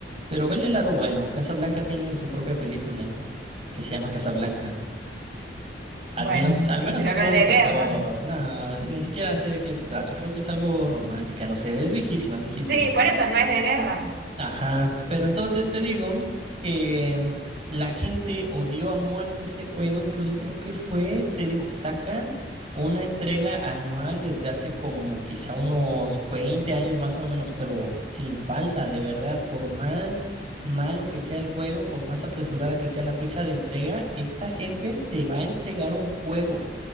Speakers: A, on the right (about 35°); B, on the right (about 65°).
A: Pero vele el lado bueno, Casa Blanca tiene su propia película que se llama Casa Blanca. Al
B: Bueno,
A: menos, al
B: sí,
A: menos
B: pero
A: algo
B: no
A: bueno
B: es de
A: sacó.
B: guerra.
A: No, ni siquiera sé de qué se trata. Creo que es algo romántica, no sé. Es viejísima, es viejísima.
B: Sí, por eso no es de guerra.
A: Ajá, pero entonces te digo que mm, la gente odió a muerte este juego, incluso creo que fue, te digo, sacan una entrega anual desde hace como quizá unos 20 años más o menos, pero sin falta, de verdad, por más malo que sea el juego, por más apresurada que sea la fecha de entrega, esta gente te va a entregar un juego.